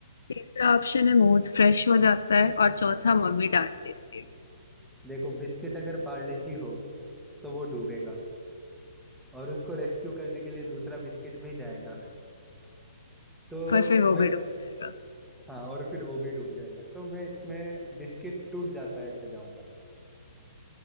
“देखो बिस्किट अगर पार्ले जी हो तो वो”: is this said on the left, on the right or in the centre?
Centre